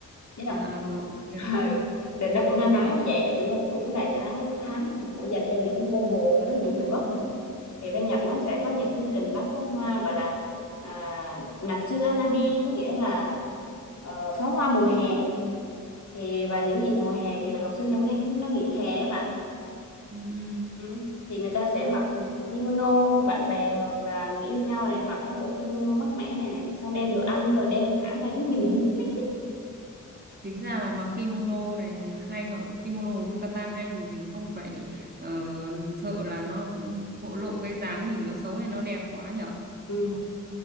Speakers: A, on the left; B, on the right.
A: Biết
B: À
A: không?
B: à rồi, ok
A: <laughs>
B: ok.
A: thì nó cũng
B: Hay
A: na ná
B: quá.
A: như vậy là kiểu cũng là tháng tháng mà của dành cho những cô hồn rồi đó, những người mất rồi đó. thì bên Nhật nó sẽ có những chương trình bắn pháo hoa gọi là à, Natsu Hanabi có nghĩa là ờ, pháo hoa mùa hè thì vào những dịp mùa hè thì là học sinh nó nghỉ, nó nghỉ hè á bạn
B: Ừ, ừ.
A: ừ. thì người ta sẽ
B: Ok.
A: mặc kimono bạn bè hoặc là người yêu nhau này mặc mấy bộ kimono mát mẻ này, này xong đem đồ ăn rồi đem thảm ra giống như mình đi picnic ấy
B: Tính ra là mặc kimono này à, hay hoặc kimono hoặc yukata hay vì mình không phải ờ, sợ là nó phô lộ cái dáng mình nó xấu hay nó đẹp quá nhở.
A: ừ.